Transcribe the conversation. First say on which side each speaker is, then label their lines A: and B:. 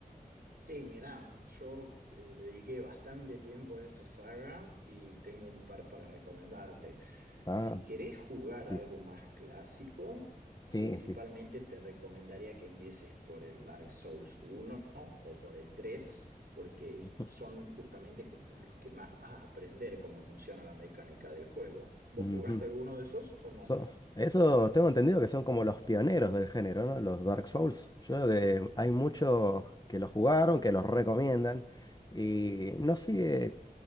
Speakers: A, on the right (about 75°); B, on the left (about 25°).
A: Sí, mirá, yo eh, le dediqué bastante tiempo a esa saga y tengo un par para recomendarte.
B: Ah,
A: Si querés jugar
B: sí,
A: algo más clásico,
B: sí,
A: principalmente
B: sí.
A: te recomendaría que empieces por el Dark Souls uno o por el 3, porque
B: Ujú.
A: son justamente como los que más vas a aprender cómo funciona la mecánica del juego. ¿Vos
B: Ujú.
A: jugaste alguno de esos o no?
B: So- eso tengo entendido que son como los pioneros del género, ¿no? Los Dark Souls. Yo creo que hay muchos que lo jugaron, que los recomiendan, y no sigue